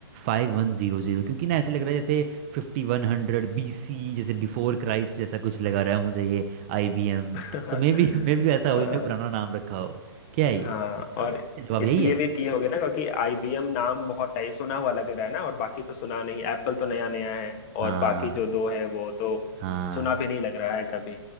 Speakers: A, on the right (about 30°); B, on the left (about 25°).
A: five one zero zero क्योंकि ना ऐसे लग रहा है जैसे fifty one hundred B C जैसे बिफोर क्राइस्ट जैसा कुछ लगा रहा है मुझे ये आई बी एम
B: <laughs>
A: तो मे बी मे बी ऐसा
B: अ,
A: हो इन्होंने पुराना नाम रखा हो क्या है ये
B: हाँ
A: इसका
B: और
A: इसका जवाब
B: इसलिए
A: यही है
B: भी किए होगे ना क्योंकि आईबीएम नाम बहुत टाइप सुना हुआ लग रहा है ना और बाकी तो सुना नहीं एप्पल तो नया नया है
A: हाँ
B: और बाकी जो दो है वो तो
A: हाँ
B: सुना भी नहीं लग रहा है कभी